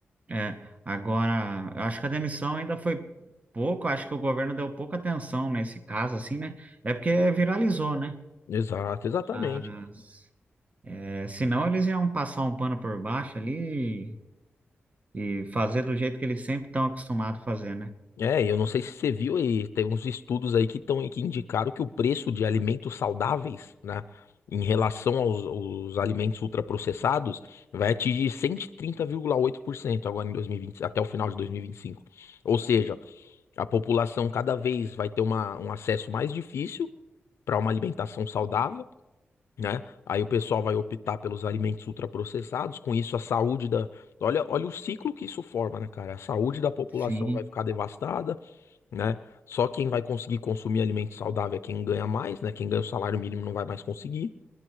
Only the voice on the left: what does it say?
Exato, exatamente.
É, e eu não sei se você viu aí, teve uns estudos aí que estão que indicaram que o preço de alimentos saudáveis, né, em relação aos, aos alimentos ultraprocessados, vai atingir cento e trinta vírgula oito por cento agora em 2020 até o final de dois mil e e vinte e cinco Ou seja, a população cada vez vai ter uma, um acesso mais difícil para uma alimentação saudável né? Aí o pessoal vai optar pelos alimentos ultraprocessados, com isso a saúde da. Olha, olha o ciclo que isso forma, né, cara? A saúde da população
vai ficar devastada, né? Só quem vai conseguir consumir alimento saudável é quem ganha mais, né? Quem ganha o salário mínimo não vai mais conseguir.